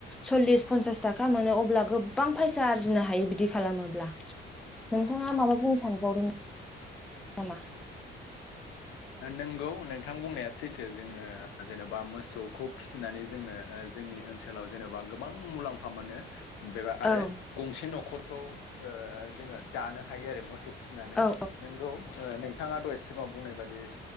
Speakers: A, in the centre; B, on the left.
A: सल्लिस पनसास थाखा मोनो अब्ला गोबां फैसा आरजिनो हायो बिदि खालामोब्ला
B: औ
A: नोंथाङा
B: औ
A: माबा
B: औ
A: बुंनो सानबावदों नामा?
B: नोंगौ नोंथां बुंनाया सैथो जोङो जेन'बा मोसौखौ फिसिनानै जोङो जोंनि ओनसोलाव जेनेबा गोबां मुलाम्फा मोनो। बेबा आरो
A: औ
B: गंसे न'खरखौ जोङो दानो हायो आरो मोसौ फिसिनानै
A: औ
B: नोंगौ नोंथाङा दहाय सिगाङाव बुंनाय बादि